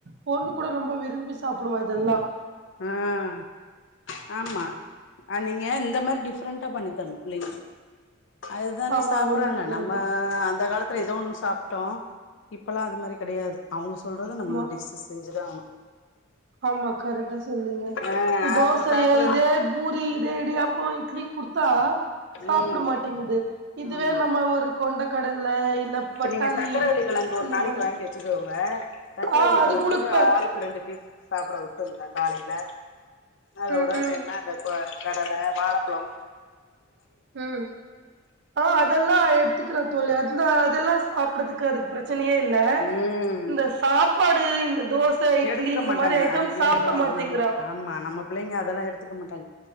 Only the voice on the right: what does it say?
பொண்ணு கூட ரொம்ப விரும்பி சாப்பிடுவா இதெல்லாம்
ஆமா
ஒடம்புக்கு நல்லது
ஆமா
ஆமா கரெக்டா சொல்லுங்க
இந்த தோசைய
இதே பூரி இதே இடியாப்போ இட்லி குடுத்தா சாப்பிட
மாட்டேங்குது இதுவே
நம்ம ஒரு கொண்ட கடல இல்ல
பட்டாணி
இந்த
மாதிரி
ஆஹ் அது
குடுப்பே
ம்
ம்
உம் ஆ அதெல்லாம் எடுத்துக்கிறேன் தோழி அது <unintelligible> அதுல்லா சாப்படுறதுக்கு அதுக்கு பிரச்சனையே இல்ல
இந்த சாப்ப சாப்பாடு இந்த தோச இட்லி
இந்த
மாரி ஐட்டம்
சாப்ட
மாட்டேங்கிறா